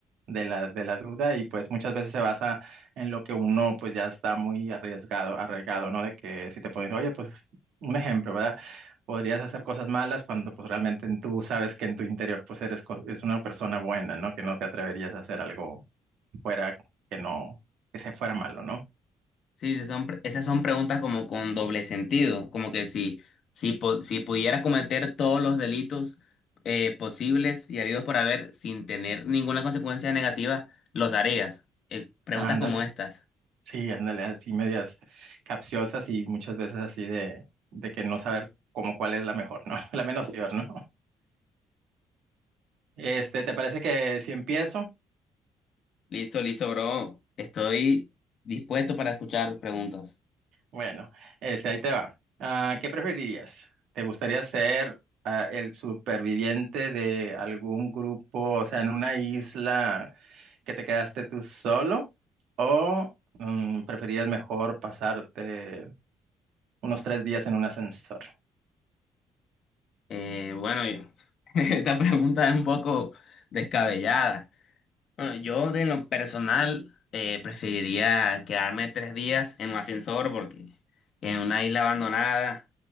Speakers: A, on the right; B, on the left.
A: de la, de la duda y pues muchas veces se basa en lo que uno pues ya está muy arriesgado, arriesgado, ¿no? De que si te pones, oye, pues un ejemplo, ¿verdad? Podrías hacer cosas malas cuando pues realmente tú sabes que en tu interior pues eres co- es una persona buena, ¿no? Que no te atreverías a hacer algo fuera que no, que se fuera malo, ¿no?
B: Sí, sí, son pre- esas son preguntas como con doble sentido, como que si, si, po- si pudiera cometer todos los delitos eh, posibles y habidos por haber sin tener ninguna consecuencia negativa, los harías. Eh, preguntas
A: Ah, Ándale,
B: como estas.
A: sí, ándale, así medias capciosas y muchas veces así de, de que no saber cómo cuál es la mejor, ¿no? <laughs> La menos peor, ¿no? Este, ¿te parece que si empiezo?
B: Listo, listo, bro. Estoy dispuesto para escuchar tus preguntas.
A: Bueno, este, ahí te va. Ah, ¿qué preferirías? ¿Te gustaría ser ah, el superviviente de algún grupo, o sea, en una isla que te quedaste tú solo? ¿O mm, preferirías mejor pasarte unos tres días en un ascensor?
B: Eh, bueno, yo, <laughs> esta pregunta es un poco descabellada. Bueno, yo de lo personal eh, preferiría quedarme tres días en un ascensor porque en una isla abandonada,